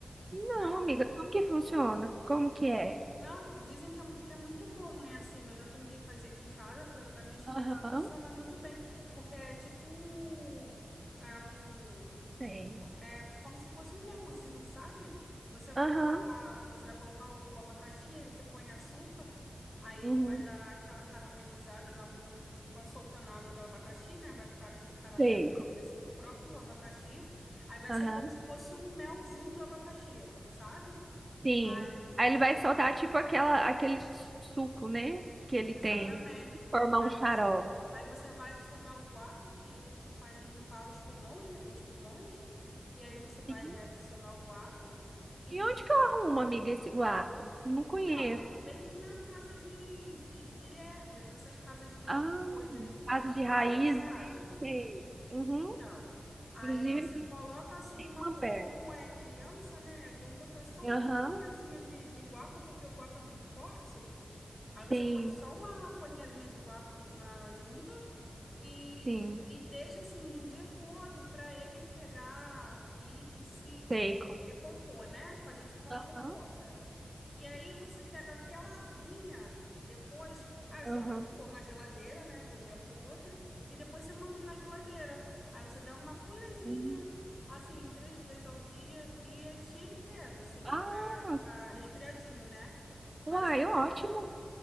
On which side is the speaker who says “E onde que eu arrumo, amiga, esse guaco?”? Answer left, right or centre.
Right